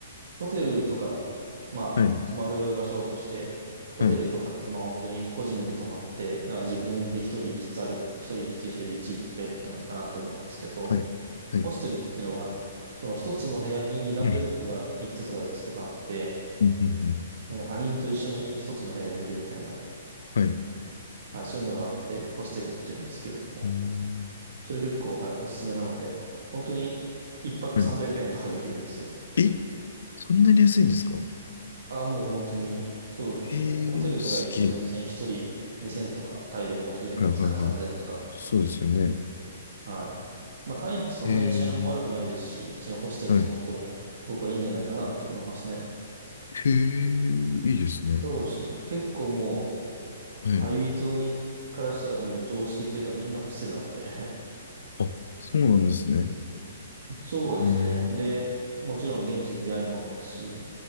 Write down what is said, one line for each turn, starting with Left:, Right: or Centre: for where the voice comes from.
Right: ホテルとか、まあ、
Left: うんはい。
Right: 泊まる場所として、ホテルとかってまあ本当に個人で泊まって、
Left: はい。
Right: なんか自分で一人一つある、一人一つ一人一ベッドあるかなと思うんですけど、
Left: はい。はい。
Right: ホステルっていうのは、その一つの部屋に二段ベッドが三つとか四つとかあって、
Left: うん。うん。うん
Right: なんか他人と一緒に一つの部屋で寝るみたいな。
Left: うんはい。
Right: はい、そういうのがあってホステルっていうんですけれども、
Left: うん。
Right: それ結構、はい、おすすめなので、本当に一泊300円とかできるんですよ。
Left: はい。え、そんなに安いんですか
Right: ああ、もう本当に、そうですね。
Left: へえ、
Right: ホテルとか行くと全然一人2000とかタイでもするじゃないですか、
Left: すげえ。はいはいはい。
Right: 3000とか。
Left: そうですよね。
Right: はい。まあタイってそんなに治安も悪くないですし、
Left: へえ、
Right: 別にホステル泊まっても僕はいいんじゃないかなと思いますね。
Left: はい。へえ、いいですね。
Right: そうですね。結構もう、
Left: はい。
Right: 旅人にからしたらもう常識というかみんなホステルなので
Left: あ、そうなんですね。
Right: <laughs> そうですね。
Left: へえ、
Right: で、もちろん現地で出会いもありますし、